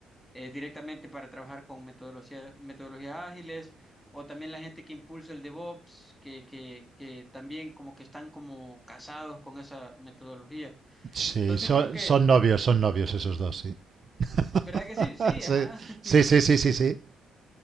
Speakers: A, in the centre; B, on the right.
A: eh, directamente para trabajar con metodología- metodologías ágiles, o también la gente que impulsa el DevOps, que, que, que también como que están como casados con esa metodología.
B: Sí,
A: Entonces
B: son,
A: creo que,
B: son novios, son novios esos dos, sí.
A: ¿verdad
B: <laughs>
A: que sí? Sí,
B: Sí,
A: ajá. <laughs>
B: sí, sí, sí, sí. sí.